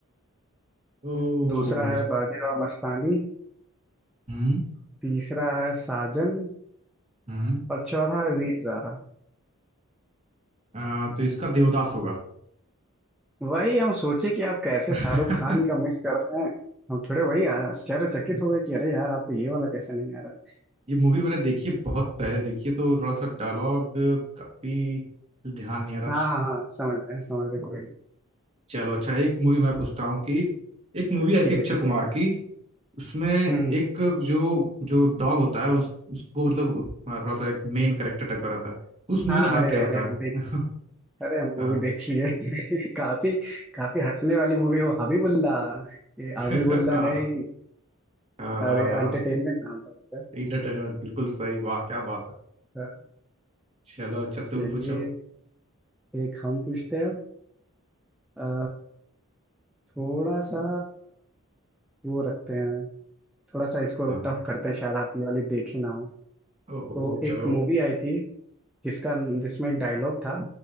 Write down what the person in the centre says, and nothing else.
दूसरा है बाजीराव मस्तानी
तीसरा है साजन
और चौथा है वीर ज़ारा
वही हम सोचे कि आप कैसे
शाहरुख खान का मिस कर रहे हैं हम थोड़े वही आश्चर्यचकित हो गए कि अरे यार आपको ये वाला कैसे नहीं आ रहा
हाँ हाँ हाँ समझ रहे हैं समझ रहे हैं, कोई नहीं।
ठीक
है ठीक
है
हम्म हम्म।
हाँ
अरे
अरे हम
देख लिए
अरे हम मूवी
देख लिए <laughs> काफी काफी हंसने वाली मूवी वो हबीबुल्ला ये
हबीबुल्ला
नहीं
अरे एंटरटेनमेंट नाम था उसका
हाँ,
चलिए
एक हम पूछते हैं अब अ, थोड़ा सा वो रखते हैं थोड़ा सा इसको
टफ करते हैं शायद आप ये वाली देखी ना हो
तो एक
मूवी आई थी जिसका जिसमें एक डायलॉग था